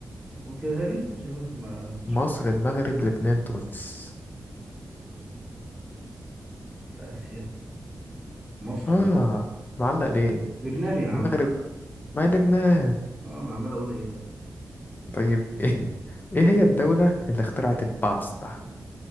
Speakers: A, in the centre; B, on the left.
A: وكده تاني عشان بس ما ما خدتش
B: مصر
A: بالي
B: المغرب لبنان تونس
A: في اسيا مصر
B: اه
A: لا
B: معلق ليه
A: لبنان يا عم
B: المغرب ما لبنان
A: اه انا عمال اقول ايه ده
B: طيب <laughs> ايه ايه هي الدولة اللي اخترعت الباستا